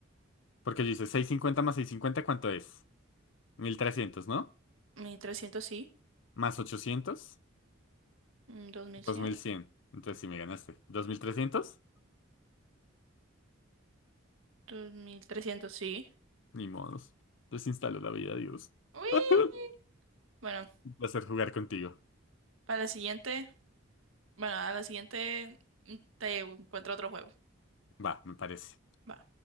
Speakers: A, on the left; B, on the right.
A: Porque dice 650 más 650, ¿cuánto es? 1300, ¿no?
B: mil trescientos sí.
A: Más ochocientos,
B: Mm, dos mil
A: dos
B: cien.
A: mil cien. Entonces sí me ganaste. Dos mil trescientos,
B: dos mil trescientos sí.
A: Ni modos. Desinstalo la vida, Dios.
B: ¡Uy!
A: <laughs>
B: Bueno,
A: Un placer jugar contigo.
B: para la siguiente, bueno, a la siguiente mm, te encuentro otro juego.
A: Va, me parece.
B: Va.